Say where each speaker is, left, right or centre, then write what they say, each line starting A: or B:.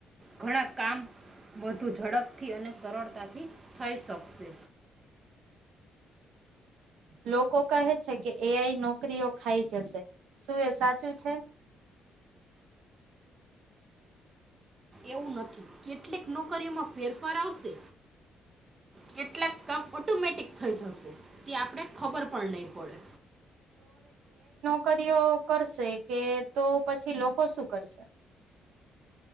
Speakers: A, on the right (about 25°); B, on the right (about 80°).
A: ઘણા કામ વધુ ઝડપથી અને સરળતાથી થઈ શકશે
B: લોકો કહે છે કે એઆઈ નોકરીઓ ખાઈ જશે શું એ સાચું છે
A: એવું નથી કેટલીક નોકરીઓમાં ફેરફાર આવશે કેટલાક કામ ઓટોમેટિક થઈ જશે તે આપણે ખબર પણ નહી પડે
B: કરીઓ કરશે કે તો પછી લોકો શું કરશે